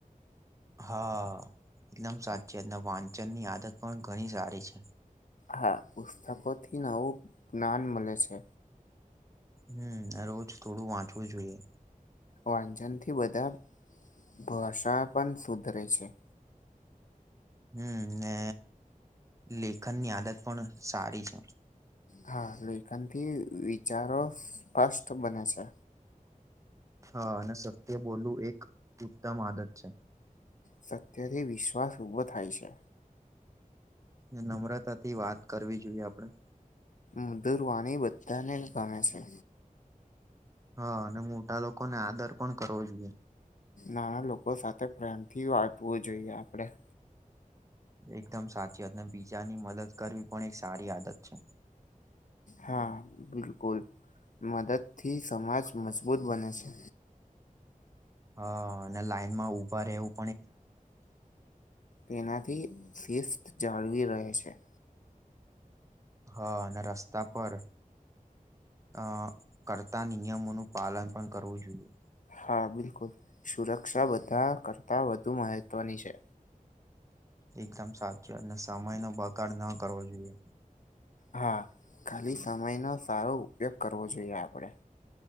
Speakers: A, on the right (about 20°); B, on the left (about 60°).
A: હા એકદમ સાચી એ વાંચન ની આદત પણ ઘણી સારી છે
B: હા પુસ્તકો થી નવું જ્ઞાન મળે છે
A: હમ રોજ થોડું વાંચવું જોઈએ
B: વાંચન થી બધા ભાષા પણ સુધરે છે
A: હમ ને લેખનની આદત પણ સારી છે
B: હા લેખન થી વિચારો સ્પષ્ટ બને છે
A: હા અને સત્ય બોલવું એક ઉત્તમ આદત છે
B: સત્ય થી વિશ્વાસ ઉઊભો થાય છે
A: નમ્રતાથી વાત કરવી જોઈએ આપડે
B: મધુર વાણી બધાને ગમે છે
A: હા અને મોટા લોકોને આદર પણ કરવો જોઈએ
B: નાના લોકો સાથે પ્રેમ થી વાંચવું જોઈએ આપડે
A: એકદમ સાચી વાત ને બીજાની મદદ કરવી પણ એક સારી આદત છે
B: હા બિલકુલ મદદ થી સમાજ મજબૂત બને છે
A: હ અને લાાઈનમાં ઉભા એવું
B: તેનાથી શિસ્ત જાળવી રહે છે
A: હા અને રસ્તા પર અ કરતા નિયમોનું પાલન પણ કરવું જોઈએ
B: હા બિલકુલ સુરક્ષા બધા કરતાં વધુ મહત્વની છે
A: એકદમ સાચું અને સમય નો બગાડ ન કરવો જોઈએ
B: હા ખાલી સમયનો સારો ઉપયોગ કરવો જોઈએ આપણેે